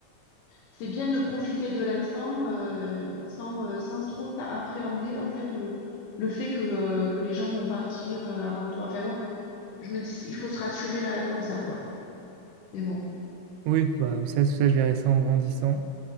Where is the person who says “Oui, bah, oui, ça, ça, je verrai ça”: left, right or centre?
Right